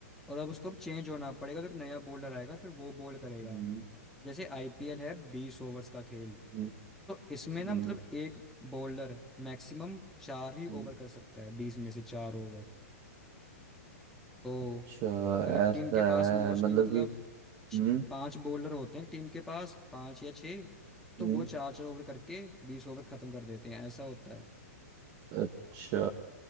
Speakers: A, in the centre; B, on the right.
A: और अब उसको अब चेंज होना पड़ेगा तो एक नया बॉलर आएगा फिर वो बॉल करेगा
B: हम्म, हम्म,
A: जैसे आईपीएल है बीस ओवर्स का खेल
B: हम्म,
A: तो इसमें ना
B: हम्म,
A: मतलब एक बॉलर मैक्सिमम चार ही
B: हम्म,
A: ओवर कर सकता है बीस में से चार ओवर तो
B: अच्छा
A: अगर एक
B: ऐसा
A: टीम के पास मोस्टली
B: है मतलब
A: मतलब
B: कि
A: छ-
B: हम्म
A: पांच बॉलर होते हैं टीम के पास पांच या छः तो
B: हम्म
A: वो चार चार ओवर करके बीस ओवर खत्म कर देते हैं ऐसा होता है
B: अच्छा